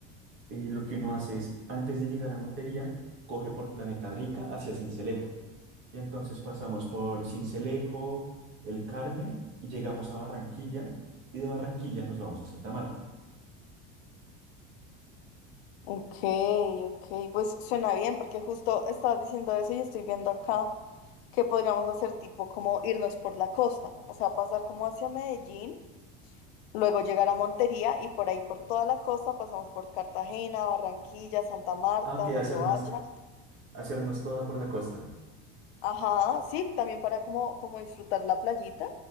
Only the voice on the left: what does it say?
Ok, ok, pues suena bien porque justo estabas diciendo eso y estoy viendo acá que podríamos hacer tipo como irnos por la costa, o sea, pasar como hacia Medellín, luego llegar a Montería y por ahí por toda la costa pasamos por Cartagena, Barranquilla, Santa Marta,
Riohacha,
ajá, sí, también para como, como disfrutar la playita